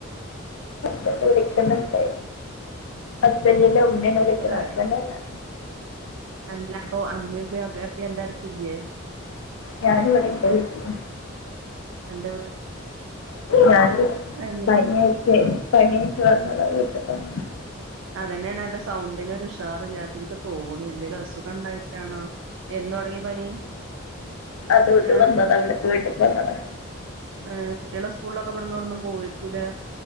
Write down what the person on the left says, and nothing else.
ഹബൻ വിളിക്കുന്നുണ്ട് ഹസ്ബൻഡിന്റെ ഉമ്മ വിളിക്കുന്ന
ഹസ്ബൻഡന്ന
ഞാന ഇവിടെ എന്റെ വീട്ടിലാ
ഞാൻ
പനിയായിട്ട
പനിയായിറ്റ് വന്നതാ വീട്ടിൽ തന്ന
അത ഇണ്ട്
വന്നത അവിടത്തെ വീട്ടിക്ക് വന്നതാ